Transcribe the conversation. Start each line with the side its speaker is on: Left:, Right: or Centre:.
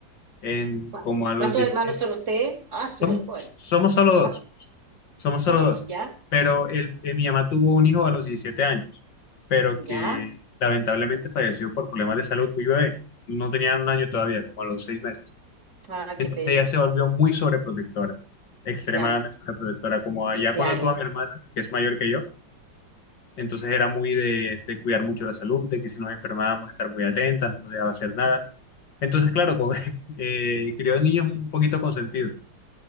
Left: en,
Right: ¿Cu-
Left: como a los
Right: ¿Cuántos
Left: diecisiete
Right: hermanos son ustedes? Ah, súper
Left: Somos,
Right: joven.
Left: somos solo dos,
Right: ¿Cuán-
Left: somos
Right: Solo
Left: solo dos.
Right: dos, ¿ya?
Left: Pero el, eh, mi mamá tuvo un hijo a los 17 años, pero
Right: ¿Ya?
Left: que lamentablemente falleció por problemas de salud muy bebé. No tenía un año todavía, como a los seis meses.
Right: Ah,
Left: Entonces
Right: qué pena.
Left: ella se volvió muy sobreprotectora, extremadamente
Right: Claro.
Left: sobreprotectora. Como allá
Right: Y claro.
Left: cuando tuvo a mi hermana, que es mayor que yo entonces era muy de, de cuidar mucho la salud, de que si nos enfermábamos estar muy atentas, no nos dejaba hacer nada. Entonces, claro, con, <laughs> eh, crió niños un poquito consentidos.